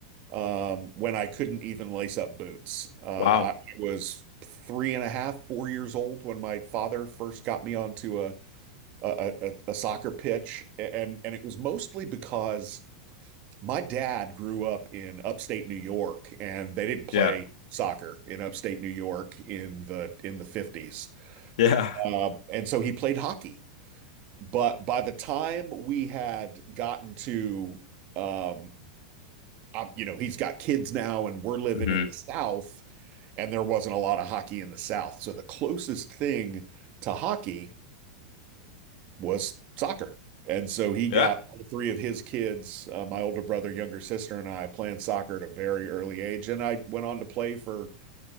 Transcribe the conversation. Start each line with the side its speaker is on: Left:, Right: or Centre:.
Right: um, when I couldn't even lace up boots. Uh,
Left: Wow.
Right: I, I was three and a half, four years old when my father first got me onto a a, a, a soccer pitch, and and it was mostly because my dad grew up in upstate New York, and they didn't play
Left: Yeah.
Right: soccer in upstate New York in the in the 50s.
Left: Yeah.
Right: Um, and so he played hockey. But by the time we had gotten to um, you know, he's got kids now, and we're living
Left: hmm
Right: in the South and there wasn't a lot of hockey in the South. So the closest thing to hockey was soccer. And so he
Left: Yeah.
Right: got all three of his kids, uh, my older brother, younger sister, and I playing soccer at a very early age. And I went on to play for